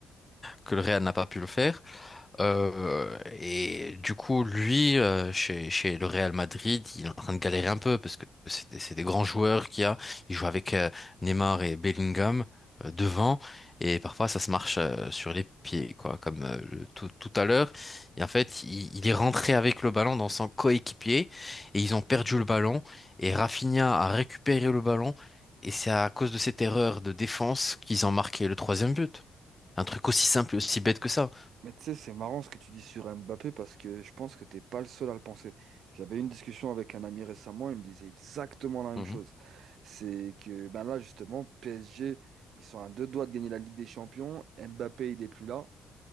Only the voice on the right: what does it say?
Mais tu sais, c'est marrant ce que tu dis sur Mbappé parce que je pense que t'es pas le seul à le penser. J'avais eu une discussion avec un ami récemment, il me disait exactement la même
chose. C'est que ben là justement, PSG, ils sont à deux doigts de gagner la Ligue des Champions. Mbappé, il est plus là.